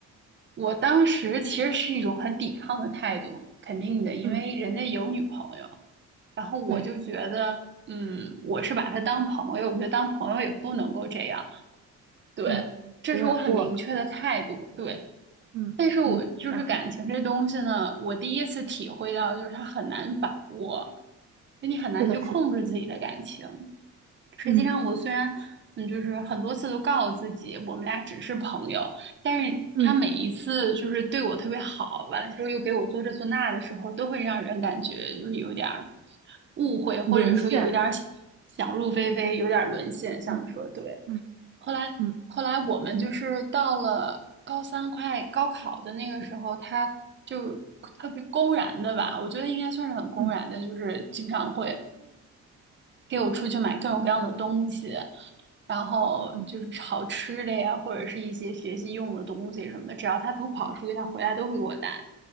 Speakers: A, on the right; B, on the right.
A: 我当时其实是一种很抵抗的态度，肯定的，因为人家有女朋友，
B: 嗯，
A: 然后我就觉得，
B: 对，
A: 嗯，我是把她当朋友，我觉得当朋友也不能够这样，对，
B: 嗯，
A: 这是我很明确的态度，
B: 有点过了，
A: 对。
B: 嗯嗯，
A: 但是我就是感情这东西呢，
B: 然后
A: 我第一次体会到，就是它很难把握，就你很难去控制自己的感情，
B: 是的，是的，
A: 实际上，
B: 嗯
A: 我虽然嗯，就是很多次都告诉自己我们俩只是朋友，但是他每一次就是对我特别好，
B: 嗯，
A: 完了之后又给我做这做那的时候，都会让人感觉就是有一点儿误会，或者说有一点儿
B: 沦陷了，
A: 想入非非，有点儿沦陷。像你说的对，
B: 嗯嗯
A: 后来后来我们就是到了高三快高考的那个时候，
B: 嗯
A: 他就特别公然的吧，我觉得应该算是很公然的，
B: 嗯
A: 就是经常会。给我出去买各种各样的东西，然后就是好吃的呀，
B: 嗯
A: 或者是一些学习用的东西什么的，只要他偷跑出去，
B: 嗯，
A: 他回来都会给我带。